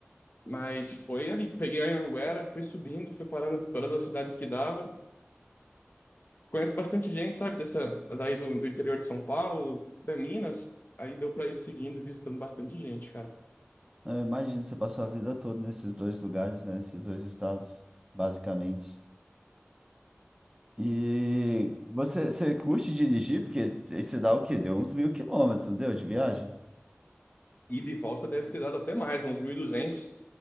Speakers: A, on the left (about 45°); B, on the right (about 15°).
A: Mas foi ali. Peguei a Anhanguera, fui subindo, fui parando em todas as cidades que dava. Conheço bastante gente, sabe? Dessa, daí do, do interior de São Paulo, da Minas. Aí deu para ir seguindo, visitando bastante gente, cara.
B: Eu imagino, você passou a vida toda nesses dois lugares, né? Nesses dois estados, basicamente. E você, você curte dirigir? Porque você dá o quê? Deu uns mil quilômetros, não deu? De viagem?
A: Ida E de volta deve ter dado até mais, uns 1.200.